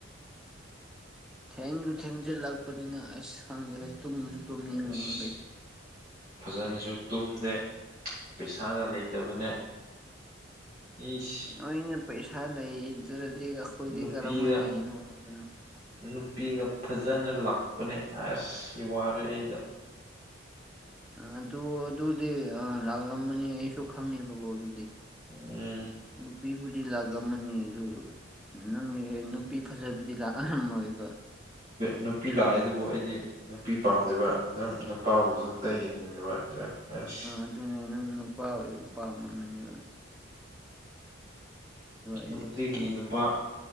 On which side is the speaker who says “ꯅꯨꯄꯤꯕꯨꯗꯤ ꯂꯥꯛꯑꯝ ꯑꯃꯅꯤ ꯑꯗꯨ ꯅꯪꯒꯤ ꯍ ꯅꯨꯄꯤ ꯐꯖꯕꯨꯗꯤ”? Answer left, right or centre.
Centre